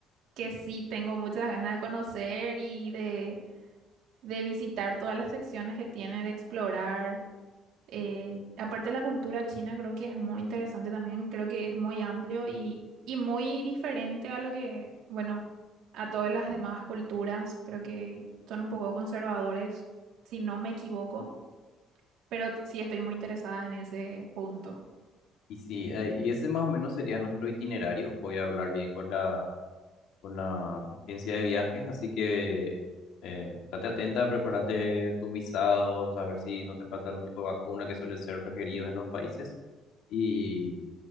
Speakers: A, on the right (about 75°); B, on the left (about 75°).
A: que sí tengo muchas ganas de conocer y de, de visitar todas las secciones que tiene, de explorar. Eh, aparte la cultura china creo que es muy interesante también, creo que es muy amplio y, y muy diferente a lo que, bueno, a todas las demás culturas, creo que son un poco conservadores, si no me equivoco, pero sí estoy muy interesada en ese punto.
B: Y sí, eh, y ese más o menos sería nuestro itinerario. Voy a hablar bien con la, con la agencia de viajes, así que eh, estate atenta, prepárate tus visados, a ver si no te falta algún tipo de vacuna que suele ser requerido en los países. Y